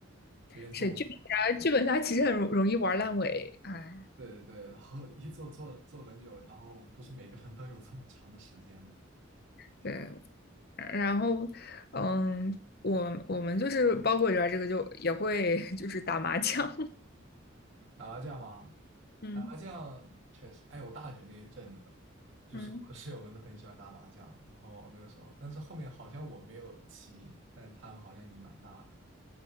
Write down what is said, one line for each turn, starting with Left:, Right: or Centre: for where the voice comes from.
Right: 有点坐不住。
Left: 是剧本杀，剧本杀其实很容容易玩烂尾，哎，
Right: 对对对，然后 <laughs> 一坐坐坐很久，然后不是每个人都有这么长的时间的。
Left: 对，然后，嗯，我我们就是包括里边儿这个就也会就是打麻将，
Right: 打麻将吗？
Left: <laughs> 嗯
Right: 打麻将确实，哎，我大学那一阵子，就是我室友们都很喜欢打麻将，
Left: 嗯
Right: 然后那个时候，但是后面好像我没有棋瘾，但他们好像瘾蛮大的，